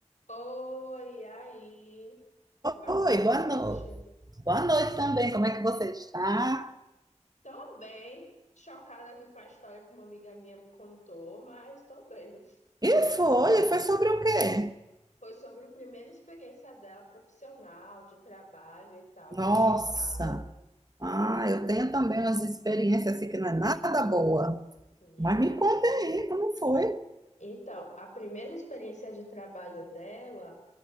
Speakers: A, on the left; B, on the right.
A: Oi, e aí, boa
B: Oi,
A: noite.
B: boa noite. Boa noite também. Como é que você está?
A: Tô bem, chocada aqui com a história que uma amiga minha me contou, mas tô bem.
B: E foi, foi sobre o quê?
A: Foi sobre a primeira experiência dela profissional, de trabalho e tal.
B: Nossa.
A: Fiquei chocada.
B: Ah, eu tenho também umas experiências assim que não é nada boa.
A: Minha
B: Mas me
A: nossa.
B: conta aí, como foi?
A: Então, a primeira experiência de trabalho dela